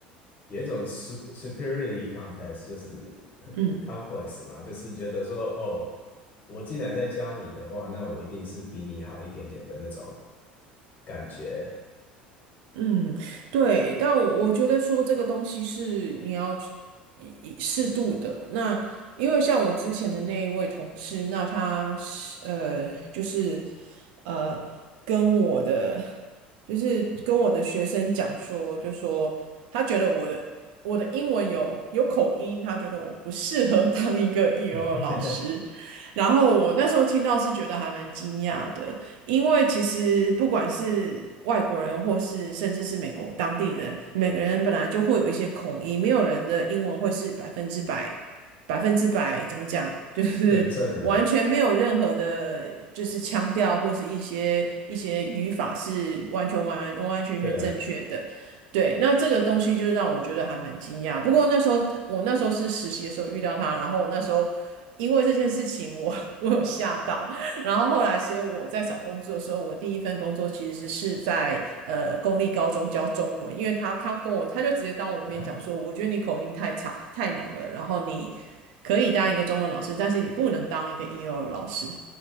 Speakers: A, on the left; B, on the right.
A: 有一种 sup- superiority contest，就是 <laughs>
B: 嗯
A: complex 嘛，就是觉得说哦，我进来再教你的话，那我一定是比你好一点点的那种感觉，
B: 嗯，对，但我觉得说这个东西是你要去以以适度的。那因为像我之前的那一位同事，那他是呃，就是呃，跟我的就是跟我的学生讲说，就说他觉得我的我的英文有有口音，他觉得我不适合 <laughs> 当一个 EL
A: <laughs>
B: 老师。然后我那时候听到是觉得还蛮惊讶的。因为其实不管是外国人，或是甚至是美国当地人，每个人本来就会有一些口音，没有人的英文会是百分之百，百分之百怎么讲，<laughs> 就是完全没有任何的，
A: 纯正的，
B: 就是腔调或是一些一些语法是完全完完完全全正确的。
A: 对啊，
B: 对，那这个东西就让我觉得还蛮惊讶。不过那时候我那时候是实习的时候遇到他，然后那时候因为这件事情我，<laughs> 我有吓到，然后后来，所以我在找工作的时候，我第一份工作其实是是在呃公立高中教中文，因为他他跟我他就直接当我的面讲说，
A: 啊，
B: 我觉得你口音太差太浓了，然后你可以当一个中文老师，但是你不能当一个 EO 老师。